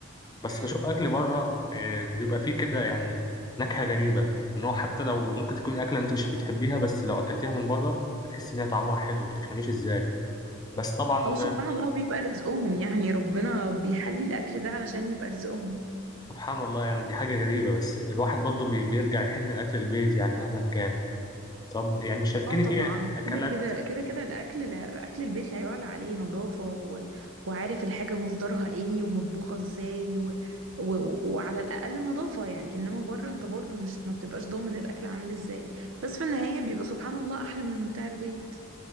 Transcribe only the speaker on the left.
بس
بشوف اكل بره اه، بيبقى فيه كده يعني نكهه غريبه ان هو حتى لو ممكن تكون اكله انت مش بتحبيها بس لو اكلتيها من بره هتحس ان هي طعمها حلو ما تفهميش ازاي بس طبعا
سبحان الله يعني دي حاجة غريبة بس الواحد برضو بي- بيرجع يحن لأكل البيت يعني مهما كان طب يعني شاركيني
في أكلات